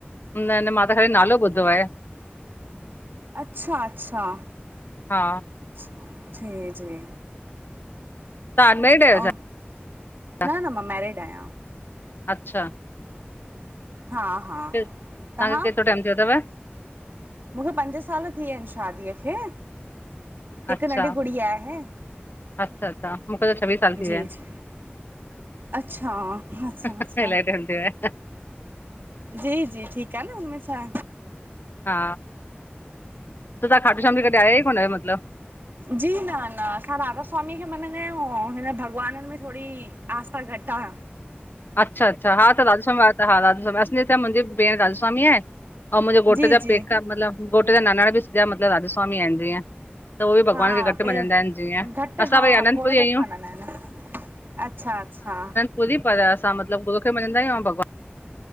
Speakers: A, on the left; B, on the right.
A: न। न। मां त ख़ाली नालो ॿुधो आहे।
B: अच्छा। अच्छा।
A: हा
B: अच्छा जी। जी।
A: तव्‍हा अन मैरिड अहियाे
B: ऐं
A: छा
B: न न मां मैरिड आहियां
A: अच्छा?
B: हा। हा।
A: तव्हांखे
B: तव्हां
A: केतराे टाइम थियाे तव?
B: मूंखे पंज साल थी विया आहिनि शादीअ खे हिकु
A: अच्छा
B: नंढी गुड़ीया आहे।
A: अच्छा। अच्छा। मूंखे त छवीह साल
B: जी
A: थी, विया आहिनि।
B: जी अच्छा। अच्छा,
A: आहिनि
B: अच्छा।
A: इलाही टाइम थियो आहे
B: जी, जी, ठीकु आहे न हुनमें छा?
A: हा। त तां खाटू शाम जी कॾहिं आया ई कोन अयाे मतलब?
B: जी। न, न। असां राधा स्वामी खे मञंदा आहियूं। हिन भॻवाननि में थोरी आस्था घटि आ।
A: अच्छा। अच्छा। हा, त राधा स्‍वामी हा। राधा स्‍वामी असी त मुंहिंजी भेण राधा स्वामी आहे। ऐं मुंहिंजे घोटे
B: जी
A: जा
B: जी
A: पेका मतिलब गोट जा नानाणा, बि सिॼा मतलब राधा स्वामी आहिनि जीअं। त उहे बि भॻवान
B: हा।
A: खे घटि
B: त
A: मञंदा आहिनि जीअं
B: घट
A: असां
B: हा।
A: वरी आनंदपुरी
B: खोड़ घट
A: आहियूं
B: मञदा आहिन। अच्छा, अच्छा।
A: पुरी पर असां मतिलबु गुर खे मञंदा आहियूं भॻवान।